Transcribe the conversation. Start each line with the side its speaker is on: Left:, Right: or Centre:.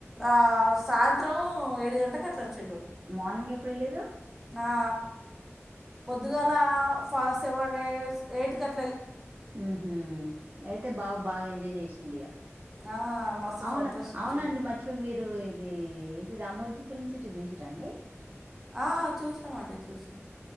Centre: ఆ సాయంత్రం ఏడు గంటకి అట్లా వచ్చిండు
Right: మార్నింగ్ ఎప్పుడేల్లిరు
Centre: ఆ పొద్దుగాల ఫ సెవన్ ఎస్ ఎయిట్ క
Right: ఉహు అయితే బాబు బాగా ఎంజాయ్ చేసిండ్ ఇగ
Centre: ఆ మస్తు
Right: అవున
Centre: సంతోషించిండు
Right: అవునండి మర్చిపో మీరు ఇది ఏంటి రమోజీ ఫిల్మ్ సిటీ చూసిరా అండి
Centre: ఆ చూసినాం అండి చూస్